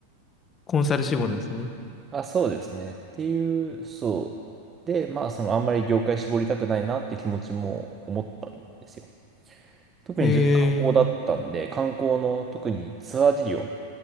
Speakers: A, on the left; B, on the right.
A: コンサル志望なんですね。
B: あ、そうですね。っていう、そう。で、まあ、その、あんまり業界絞りたくないなって気持ちも思ったんですよ。特に自分観光だったんで、
A: ええ
B: 観光の特にツアー事業、